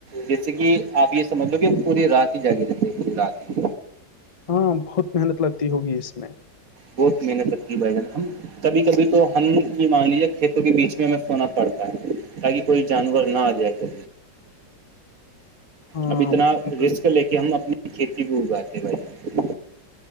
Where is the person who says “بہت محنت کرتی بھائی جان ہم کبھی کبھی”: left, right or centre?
Right